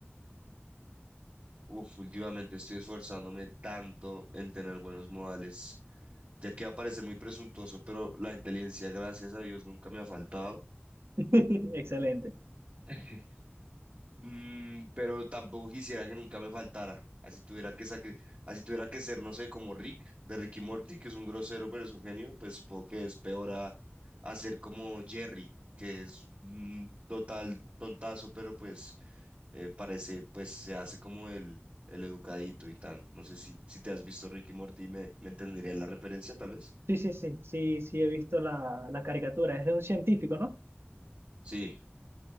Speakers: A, on the right (about 45°); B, on the right (about 65°).
A: Uf, últimamente estoy esforzándome tanto en tener buenos modales, ya que va a parecer muy presuntuoso, pero la inteligencia, gracias a Dios, nunca me ha faltado.
B: <laughs> Excelente.
A: <laughs> Mm, pero tampoco quisiera que nunca me faltara. Así tuviera que sacri- así tuviera que ser, no sé, como Rick, de Rick y Morty, que es un grosero, pero es un genio, pues supongo que es peor a, a ser como Jerry, que es un total tontazo, pero pues eh, parece, pues se hace como el, el educadito y tan. No sé si, si te has visto Ricky Morty, me, me entendería la referencia, tal vez.
B: Sí, sí, sí, sí, sí, he visto la, la caricatura. Es de un científico, ¿no?
A: Sí,